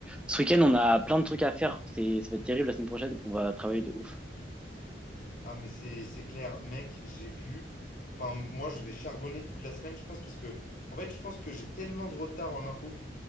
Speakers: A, in the centre; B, on the left (about 45°).
A: Ce week-end, on a plein de trucs à faire. C'est, ça va être terrible la semaine prochaine. On va travailler de ouf.
B: Ah, mais c'est c'est clair, mec, j'ai vu. Enfin, moi, je vais charbonner toute la semaine, je pense, parce que, en fait, je pense que j'ai tellement de retard en info.